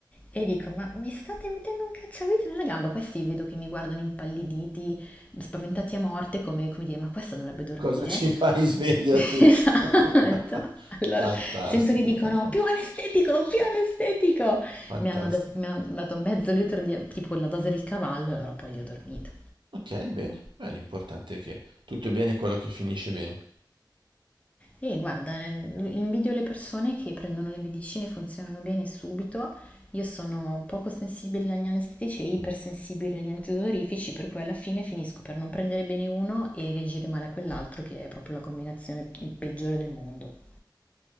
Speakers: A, on the left; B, on the right.
A: E dico, ma mi state mettendo un cacciavite nella gamba? Questi vedo che mi guardano impalliditi, spaventati a morte, come, come dire, ma questa dovrebbe dormire.
B: Cosa ci fai sveglia
A: <laughs>
B: tu?
A: Esatto.
B: <laughs>
A: Allora
B: Fantastico,
A: sento che dicono,
B: fantastico,
A: più anestetico, più anestetico.
B: fantastico.
A: Mi hanno, dat- mi hanno dato mezzo litro di, tipo la dose del cavallo, e allora poi li ho dormito.
B: Ok, bene. Beh, l'importante è che tutto è bene quello che finisce bene.
A: E guarda, invidio le persone che prendono le medicine, funzionano bene subito. Io sono poco sensibile agli anestetici e ipersensibile agli antidolorifici, per cui alla fine finisco per non prendere bene uno e reagire male a quell'altro, che è proprio la combinazione peggiore del mondo.